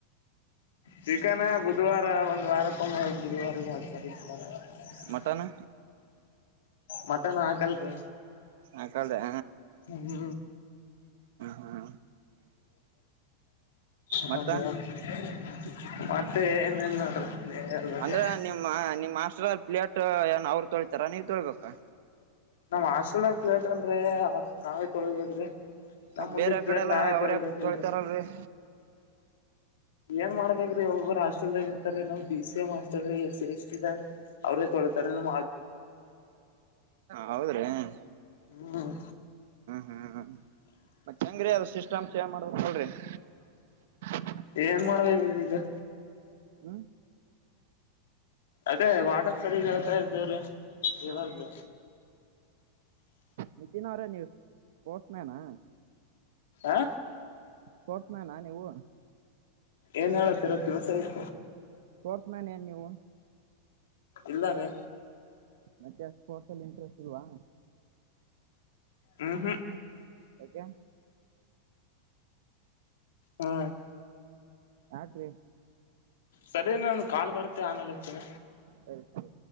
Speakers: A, on the left; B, on the right.
A: ಚಿಕನ ಬುಧವಾರ ಒಂದ್ ವಾರ್ ಕವ ಮಾಡ <unintelligible>
B: ಮಟನ್
A: ಮಟನ್ ಹಾಕಲ್ ರೀ
B: ಹಾಕಲ್ದಾ
A: ಹ್ಮ್
B: ಹ್ಮ ಮತ್ತ
A: ಹದ <unintelligible> ಮತ್ತೆ ಏನು ಇಲ್ಲ ನೋಡ್ರಿ ಎಲ್ಲಾ ಹೇಳ್ಬೇಕು.
B: ಅಂದ್ರ ನಿಮ್ಮ ನಿಮ್ ಹಾಸ್ಟೆಲ್ ಪ್ಲೇಟ್ ಏನ್ ಅವ್ರು ತೊಳಿತಾರ ನೀವ್ ತೊಳ್ಬೇಕಾ
A: ನಮ್ ಹಾಸ್ಟೆಲ್ ಆಗ ಪ್ಲೇಟ್ ಅಂದ್ರೆ ನಾವೇ ತೊಳಿಬೇಕ್ ರೀ
B: ಮತ್
A: ನಮ್ ಉಂಡಿದ್
B: ಬೇರೆ
A: ಪ್ಲೇಟ್
B: ಕಡೆ ಎಲ್ಲಾ
A: ನಾವೇ
B: ಅವ್ರ
A: ತೊಳಿಬೇಕಿಲ್
B: ತೊಳಿತಾರಲ್ರರಿ
A: ರೀ ಏನ್ ಮಾಡ್ಬೇಕ್ ರೀ ಒಬೊಬ್ರು ಹಾಸ್ಟೆಲ್ ದಾಗ ಇರ್ತರೆ ನಮ್ ಬಿ ಸಿ ಎಂ ಹಾಸ್ಟೆಲ್ ದಾಗ ಇಷ್ಟೇ ಇದೆ. ಅವ್ರೇ ತೊಳಿತ್ತಾರೆ ಎನ್
B: ಹೌದ್ರಿ ಹ್ಮ್
A: ಹ್ಮ್
B: ಹ್ಮ್ ಹ್ಮ್ ಮತ್ತೆ ಹೆಂಗ್ರೀ ಅದ್ ಸಿಸ್ಟಮ್ ಚೇಂಜ್ ಮಾಡ್ಬೇಕ್ ನೋಡ್ರಿ. ಹ <unintelligible>
A: ಏನ್ ಮಾಡ್ಬೇಕ್ ಇಲ್ ಇದು
B: ಹ್ಮ
A: ಅದೇ ವಾರ್ಡನ್ ಸರಿ ಹೇಳ್ತಾ ಇರ್ತೇವ್ರಿ ರೀ
B: ಹಾ
A: ಇಲ್ಲ
B: ನಿತಿನ್ ಅವರೇ ನೀವು ಸ್ಪೋರ್ಟ್ಸ್ ಮ್ಯಾನಾ?
A: ಆ
B: ಸ್ಪೋಟ್ಸ್ ಮ್ಯಾನ ನೀವು
A: ಏನ್ ಹೇಳತ್ತಿರ ಕೆಲಸ ಐತ
B: ಪೋಸ್ಟ್ ಮೆನ್ ನಾ ನೀವು.
A: ಇಲ್ಲಾರೆ.
B: ಮತ್ತೆ ಸ್ಪೋರ್ಟ್ಸ್ ಅಲ್ಲಿ ಇಂಟ್ರೆಸ್ಟ್ ಸಿಗವಾ.
A: ಹ್ಮ್ ಹ್ಮ.
B: <unintelligible>
A: ಹಾ.
B: ರಾತ್ರಿ.
A: ಸರಿ ನಂದು ಕಾಲ್ ಬರುತ್ತೆ ಆಮೇಲೆ. ಹಚ್ತೀನಿ
B: ಸರಿ ಸರಿ.